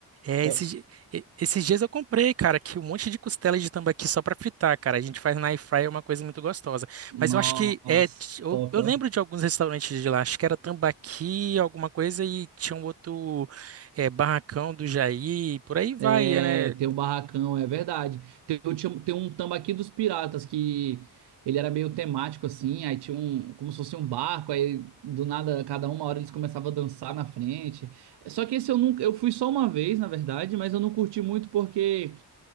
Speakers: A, on the right; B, on the right.
A: é,
B: Só-
A: esses, di- e- esses dias eu comprei, cara, que um monte de costela de tambaqui só pra fritar, cara. A gente faz na air fryer, é uma coisa muito gostosa.
B: Nossa,
A: Mas eu acho que é, t- eu,
B: top,
A: eu
B: ó.
A: lembro de alguns restaurantes de lá, acho que era tambaqui, alguma coisa, e tinha um outro é, barracão do Jair, por aí vai,
B: É,
A: é, né?
B: tem o barracão, é verdade. Tem, o tinha- tem um Tambaqui dos Piratas que ele era meio temático assim, aí tinha um, como se fosse um barco, aí do nada, cada uma hora eles começavam a dançar na frente. Só que esse eu nunca, eu fui só uma vez, na verdade, mas eu não curti muito porque